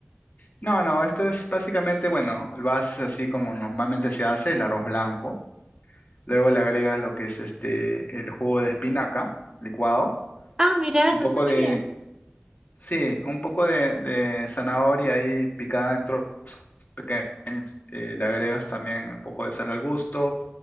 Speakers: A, on the left; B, on the right.
A: No, no, esto es básicamente, bueno, lo haces así como normalmente se hace, el arroz blanco. Luego le agregas lo que es este, el jugo de espinaca licuado,
B: Ah, mirá,
A: un
B: no
A: poco
B: sabía.
A: de, Sí, un poco de, de zanahoria ahí picada en trozos pequeños. Eh, le agregas también un poco de sal al gusto.